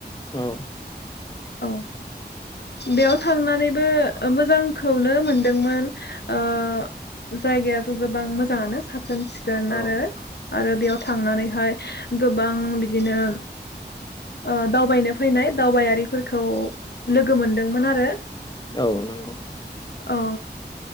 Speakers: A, on the left; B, on the left.
A: औ
B: औ बेयाव थांनानैबो मोजां जांखौनो मोनदोंमोन ओ जायगायाथ' गोबां मोजाङानो साब सिखोन
A: औ
B: आरो आरो बेयाव थांनानैहाय गोबां बिदिनो ओ दावबायनो फैनाय दावबायारिफोरखौ लोगो मोनदोंमोन आरो।
A: औ नंगौ।
B: औ